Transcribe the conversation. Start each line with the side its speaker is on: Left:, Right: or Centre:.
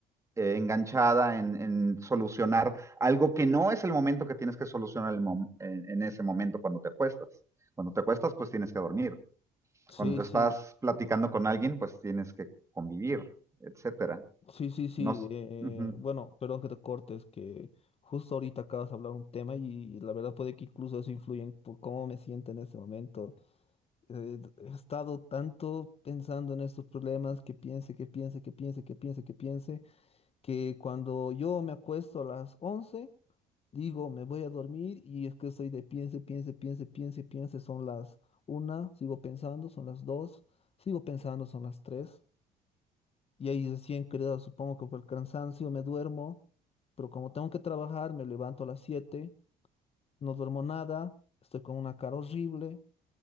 Right: eh, enganchada en, en, solucionar algo que no es el momento que tienes que solucionar el mom- en, en ese momento cuando te acuestas. Cuando te acuestas, pues tienes que dormir.
Left: Sí,
Right: Cuando
Left: sí,
Right: estás platicando con alguien, pues tienes que convivir, etcétera.
Left: sí, sí, sí.
Right: No, s-
Left: eh,
Right: Ujú.
Left: bueno, perdón que te cortes, que justo ahorita acabas de hablar un tema y, la verdad puede que incluso eso influya en por cómo me siento en este momento. eh, he estado tanto pensando en estos problemas que piense, que piense, que piense, que piense, que piense, que cuando yo me acuesto a las 11 digo, me voy a dormir y es que estoy de piense, piense, piense, piense, piense, son las una sigo pensando, son las 2 sigo pensando, son las 3 y ahí recién creo, supongo que por el cansancio me duermo, pero como tengo que trabajar, me levanto a las siete no duermo nada, estoy con una cara horrible.